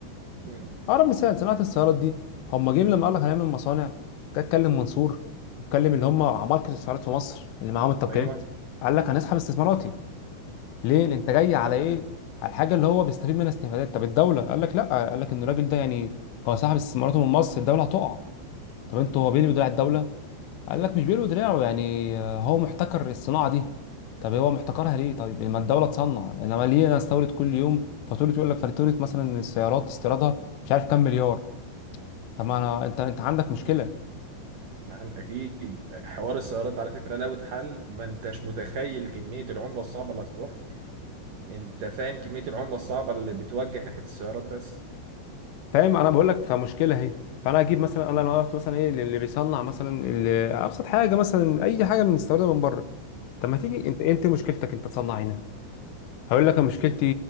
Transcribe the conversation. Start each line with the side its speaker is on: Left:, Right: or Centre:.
Right: مم.
Left: اقرب مثال صناعه السيارات دي هم جايين لما قال لك هنعمل مصانع جه اتكلم منصور اتكلم اللي هم عمالقه السيارات في مصر اللي معاهم التوكيلات
Right: ايوه
Left: قال لك هنسحب استثماراتي ليه لأن انت جاي على
Right: تمام.
Left: ايه على الحاجه اللي هو بيستفيد منها استفادات طب الدوله قال لك لا قال لك ان الراجل ده يعني هو سحب استثماراته من مصر الدوله هتقع طب انتوا هو بيلوي دراع الدولة قال لك مش بيلوي دراعه يعني آه، هو محتكر الصناعة دي طب هو محتكرها ليه طيب لما الدولة تصنع انما ليه انا استورد كل يوم فاتورة يقول لك فاتورة مثلا السيارات استيرادها مش عارف كام مليار طب ما انا انت انت عندك مشكلة
Right: عند اكيد حوار السيارات ده على فكره لو اتحل ما انتش متخيل كميه العمله الصعبه اللي هتتوفر انت فاهم كميه العمله الصعبه اللي بتوجه ناحيه السيارات بس
Left: فاهم انا بقول لك فمشكلة اهي فانا اجيب مثلا انا لو قلت مثلا ايه اللي بيصنع مثلا اللي ابسط حاجة مثلا اي حاجة بنستوردها من بره طب ما تيجي انت انت مشكلتك انت تصنع هنا هقول لك أنا مشكلتي